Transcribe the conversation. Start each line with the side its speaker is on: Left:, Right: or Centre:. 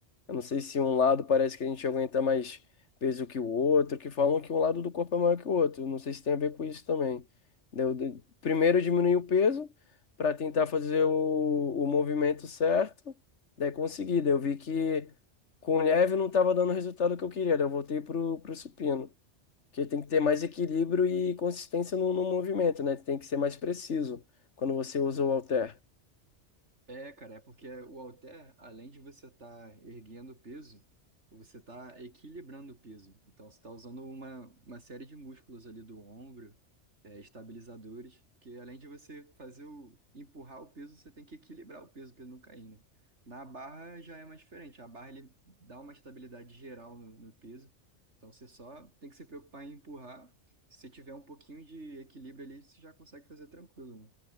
Left: Eu não sei se um lado parece que a gente aguenta mais peso que o outro, que falam que um lado do corpo é maior que o outro. Não sei se tem a ver com isso também. Daí eu- de- Primeiro eu diminuí o peso para tentar fazer o, o movimento certo. Daí consegui. Daí eu vi que com leve não estava dando o resultado que eu queria. Daí eu voltei pro, pro supino. Porque tem que ter mais equilíbrio e consistência no, no movimento, né? Tem que ser mais preciso quando você usa o halter.
Right: É, cara, é porque o halter, além de você estar erguendo o peso, você está equilibrando o peso. Então, você está usando uma, uma série de músculos ali do ombro, é, estabilizadores, porque além de você fazer o, empurrar o peso, você tem que equilibrar o peso para ele não cair, né? Na barra já é mais diferente. A barra, ele dá uma estabilidade geral no, no peso. Então, você só tem que se preocupar em empurrar. Se você tiver um pouquinho de equilíbrio ali, você já consegue fazer tranquilo, né?